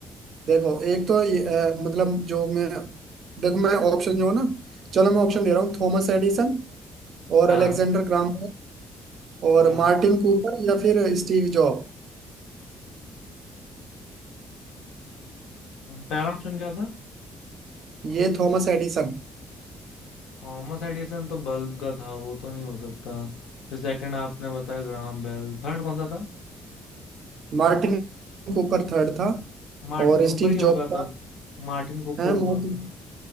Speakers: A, on the right; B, on the left.
A: देखो एक तो ये, अ, मतलब जो मैं देखो मैं ऑप्शन जो है ना चलो मैं ऑप्शन दे रहा हूँ थॉमस एडिसन और
B: हाँ
A: अलेक्जेंडर ग्राम बेल और
B: हाँ
A: मार्टिन कूपर या फिर स्टीव जॉब
B: पहला ऑप्शन क्या था
A: ये Thomas Edison
B: थॉमस एडिसन तो बल्ब का था वो तो नहीं हो सकता फिर सेकंड आपने बताया ग्राहम बेल थर्ड कौन सा था
A: Martin Cooper third था
B: मार्टिन
A: और
B: कूपर
A: स्टीव
B: ही होगा
A: जॉब
B: तब
A: का
B: मार्टिन कूपर
A: है
B: होगा
A: मार्टिन
B: फिर